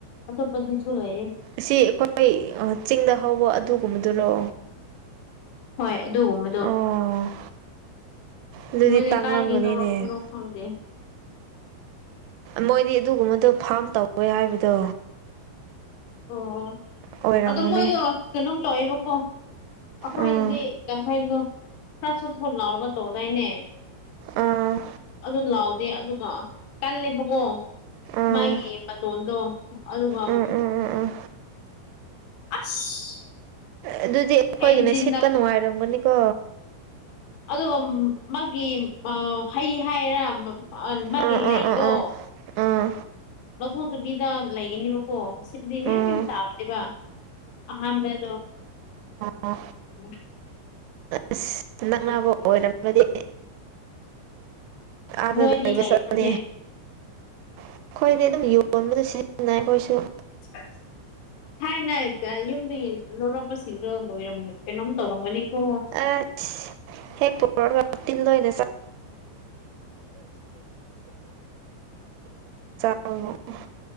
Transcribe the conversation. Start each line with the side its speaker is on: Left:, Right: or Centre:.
Left: ꯑꯇꯣꯞꯄꯗꯨꯁꯨꯂꯌꯦ
Right: ꯑꯁꯤ ꯑꯩꯈꯣꯏ ꯆꯤꯡꯗ ꯍꯧꯕ ꯑꯗꯨꯒꯨꯝꯕꯗꯨꯔꯣ
Left: ꯍꯣꯏ ꯑꯗꯨꯒꯨꯝꯕꯗꯣ
Right: ꯑꯣ ꯑꯗꯨꯗꯤ
Left: ꯃꯣꯏꯁꯦ
Right: ꯇꯥꯡꯂꯝꯒꯅꯤꯅꯦ
Left: ꯀꯥꯏꯗꯒꯤ ꯂꯧꯔꯛꯄꯅꯣ ꯍꯪꯦ
Right: ꯃꯣꯏꯗꯤ ꯑꯗꯨꯒꯨꯝꯕꯗꯣ ꯐꯥꯝ ꯇꯧꯋꯦ ꯍꯥꯏꯕꯗꯣ
Left: ꯑꯣ
Right: ꯑꯣꯏꯔꯝꯒꯅꯤ
Left: ꯑꯗꯣ ꯃꯣꯏꯗꯣ ꯁꯅꯝ ꯇꯏꯕꯀꯣ ꯑꯩꯈꯣꯏꯗꯤ
Right: ꯎꯝ
Left: ꯀꯩ ꯍꯥꯏꯅꯣ ꯈꯔ ꯁꯣꯠꯊꯣꯛ ꯂꯥꯎꯔꯒ ꯇꯧꯗꯥꯏꯅꯦ
Right: ꯑꯥ
Left: ꯑꯗꯨ ꯂꯥꯎꯗꯦ ꯑꯗꯨꯒ ꯀꯜꯂꯦꯕꯀꯣ
Right: ꯑꯥ
Left: ꯃꯥꯒꯤ ꯃꯇꯣꯟꯗꯣ ꯑꯗꯨꯒ
Right: ꯎꯝ ꯎꯝ ꯎꯝ ꯎꯝ
Left: <unintelligible>
Right: ꯑꯗꯨꯗꯤ ꯑꯩꯈꯣꯏꯒꯤꯅ
Left: ꯍꯦꯟꯖꯤꯟꯅ
Right: ꯁꯤꯠꯄ ꯅꯨꯡꯉꯥꯏꯔꯝꯒꯅꯤꯀꯣ
Left: ꯑꯗꯣ ꯃꯥꯒꯤ ꯍꯩ ꯍꯥꯏꯔꯥ ꯃꯥꯒꯤ
Right: ꯑꯥ
Left: ꯂꯩꯗꯣ
Right: ꯑꯥ ꯑꯥ ꯑꯥ ꯎꯝ
Left: ꯂꯧꯊꯣꯛꯇꯕꯤꯗ ꯂꯩꯒꯅꯦꯕꯀꯣ ꯁꯤꯗꯤ ꯃꯌꯥꯝ
Right: ꯎꯝ
Left: ꯌꯥꯝ ꯇꯥꯕꯅꯦꯕ ꯑꯍꯃꯦꯗꯣ
Right: ꯑ
Left: ꯑꯣ
Right: ꯑꯁ ꯅꯛꯅꯕ
Left: ꯑꯣꯏ
Right: ꯑꯣꯏꯔꯝꯃꯗꯤ ꯑꯥꯗ
Left: ꯅꯣꯏꯗꯤ
Right: ꯂꯩꯕ
Left: ꯂꯩꯕ꯭ꯔꯅꯦ
Right: ꯆꯠꯂꯦ ꯑꯩꯈꯣꯏꯗꯤ ꯑꯗꯨꯝ ꯌꯣꯟꯕꯗ ꯁꯤꯖꯤꯟꯅꯩ ꯑꯩꯈꯣꯏꯁꯨ
Left: <unintelligible> ꯊꯥꯏꯅ ꯌꯨꯝꯗꯒꯤ ꯂꯧꯔꯛꯄꯁꯤꯡꯗꯣ ꯂꯣꯏꯔꯝ ꯀꯩꯅꯣꯝ ꯇꯧꯔꯝꯒꯅꯤꯀꯣ
Right: ꯑ ꯍꯦꯛ <unintelligible> ꯇꯤꯟ ꯂꯣꯏꯅ <unintelligible> <unintelligible>